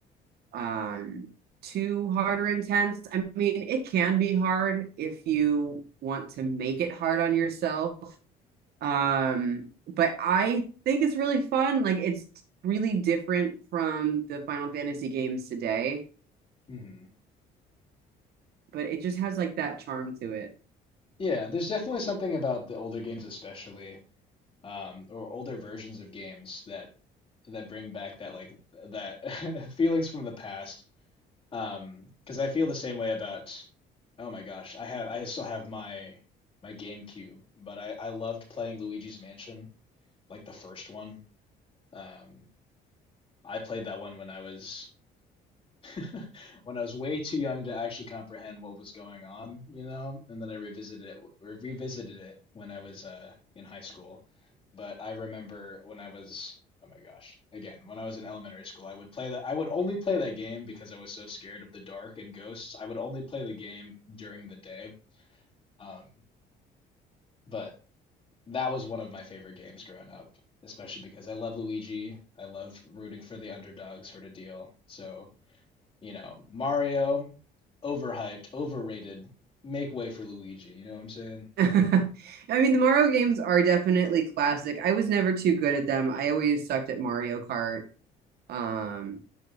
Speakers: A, on the right; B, on the left.
A: um too hard or intense. I mean, it can be hard if you want to make it hard on yourself. Um, but I think it's really fun. Like it's really different from the Final Fantasy games today,
B: Mhm.
A: but it just has like that charm to it.
B: Yeah, there's definitely something about the older games especially, um, or older versions of games that that bring back that like that <laughs> feelings from the past. Um, 'cause I feel the same way about oh my gosh, I have I still have my my GameCube, but I I loved playing Luigi's Mansion, like the first one. Um, I played that one when I was <laughs> when I was way too young to actually comprehend what was going on, you know, and then I revisited it re- revisited it when I was uh in high school. But I remember when I was oh my gosh, again, when I was in elementary school, I would play that I would only play that game because I was so scared of the dark and ghosts. I would only play the game during the day. Um, but that was one of my favorite games growing up, especially because I love Luigi. I love rooting for the underdog sort of deal. So You know, Mario, overhyped, overrated. Make way for Luigi. You know what I'm saying?
A: <laughs> I mean, the Mario games are definitely classic. I was never too good at them. I always sucked at Mario Kart. Um,